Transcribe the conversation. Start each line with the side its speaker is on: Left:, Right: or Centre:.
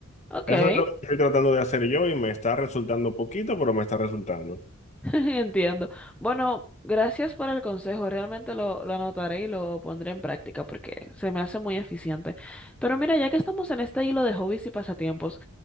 Centre: Ok.
Left: Eso es lo que estoy tratando de hacer yo y me está resultando poquito, pero me está resultando.
Centre: <laughs> Entiendo. Bueno, gracias por el consejo. Realmente lo, lo anotaré y lo pondré en práctica porque se me hace muy eficiente. Pero mira, ya que estamos en este hilo de hobbies y pasatiempos,